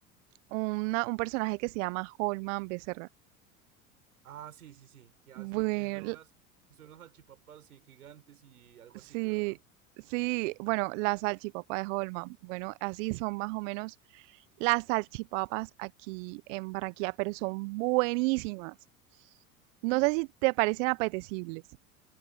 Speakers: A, on the right; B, on the right.
A: una- un personaje que se llama Holman Becerra.
B: Ah, sí, sí, sí, que, hace,
A: Bueno,
B: que son unas, que son unas salchipapas sí, gigantes y algo
A: Sí,
B: así, creo, ¿no?
A: sí, bueno, la salchipapa de Holman. Bueno, así son más o menos las salchipapas aquí en Barranquilla, pero son buenísimas. No sé si te parecen apetecibles.